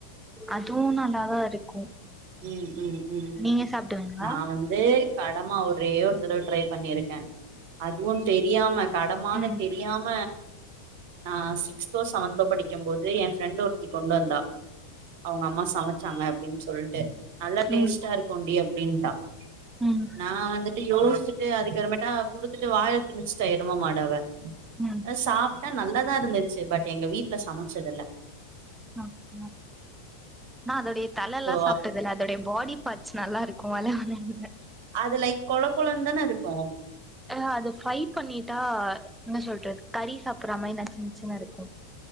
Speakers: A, in the centre; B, on the right (about 45°).
A: அதுவு நல்லாதா இருக்கு
B: ம் ம் ம்
A: நீங்க சாப்டுவீங்களா
B: நா வந்து கடமா ஒரே ஒரு தடவ ட்ரைப் பண்ணியிருக்கே அதுவுந் தெரியாம கடமானு
A: ம்
B: தெர் ரியாம நா சிக்ஸ்த்தோ செவன்தோ படிக்கம்போது எ ஃபிரெண்டு ஒருத்தி கொண்டு வந்தா அவுங்க அம்மா சமச்சாங்க அப்பிடின் சொல்ட்டு நல்லா டேஸ்ட்டா
A: ம்
B: இருக்குண்டி அப்டின்ட்டா
A: ம்
B: நா வந்துட்டு யோச்சிட்டு அதுக்கறமேட்டா குடுத்துட்டு வாயல திணிச்சிட்டா எரும மாடு அவெ
A: ம்
B: அ சாப்ட்டே நல்லாதா இருந்துச்சி பட் எங்க வீட்ல சமச்சதில்ல
A: ஓகே நா அதோடைய தலலா
B: சோ
A: சாப்ட்டதில்ல அதோடைய பாடி பார்ட் ச் நல்லாருக்கு வழவழன்ன
B: அது லைக் கொல கொலன்தான இருக்கு
A: அ அது ஃப்ரைப் பண்ணிட்டா என்ன சொல்ட்ற கறி சாப்புற மாரி நச்சு நச்சின்னருக்கு